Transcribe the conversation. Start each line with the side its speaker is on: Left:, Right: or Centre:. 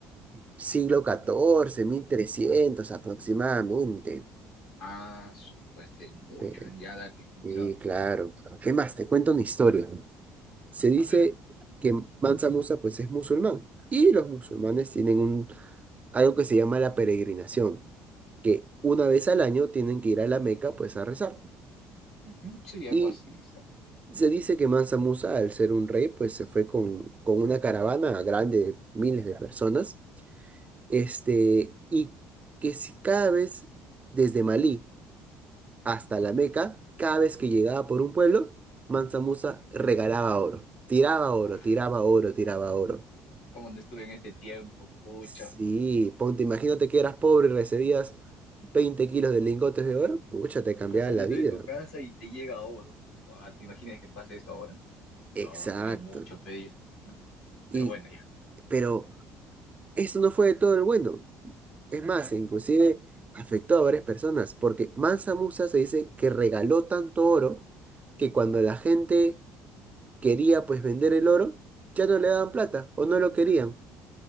Right: siglo catorce, mil trescientos aproximadamente.
Left: Ah, su- fue hace mucho.
Right: Eh,
Left: eh, Ya, dale, continúa.
Right: Sí, claro. ¿Qué más? Te cuento una historia. se dice
Left: A ver.
Right: que Mansa Musa pues es musulmán y los musulmanes tienen un, algo que se llama la peregrinación, que una vez al año tienen que ir a la Meca pues a rezar.
Left: Ujú, Sí,
Right: Y
Left: algo así. sa-
Right: se dice que Mansa Musa al ser un rey pues se fue con, con una caravana grande de miles de personas, este, y que si cada vez desde Malí hasta la Meca, cada vez que llegaba por un pueblo, Mansa Musa regalaba oro, tiraba oro,
Left: Uf,
Right: tiraba oro, tiraba oro.
Left: cómo no estuve en este tiempo, pucha.
Right: Sí, ponte, imagínate que eras pobre y recibías 20 kilos de lingotes de oro, pucha, te cambiaba
Left: Estás saliendo
Right: la vida.
Left: de tu casa y te llega oro. Guau, ¿te imaginas que pase eso ahora?
Right: Exacto.
Left: No, sería mucho pedir. No,
Right: Y,
Left: pero bueno, ya.
Right: pero eso no fue de todo el bueno. Es más, inclusive afectó a varias personas, porque Mansa Musa se dice que regaló tanto oro que cuando la gente quería pues vender el oro, ya no le daban plata o no lo querían.